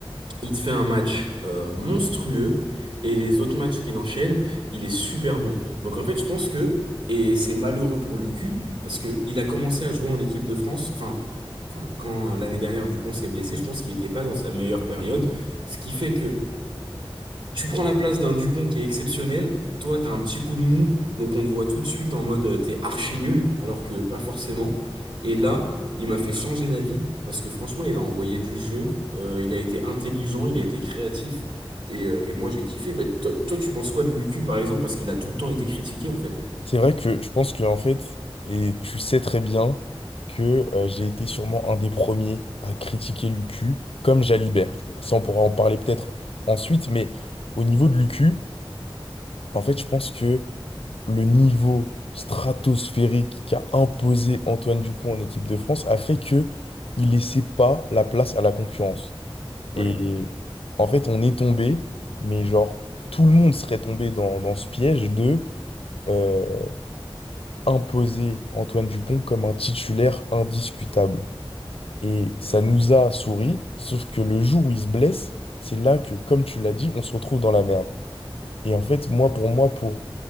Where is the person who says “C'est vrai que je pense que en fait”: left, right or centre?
Left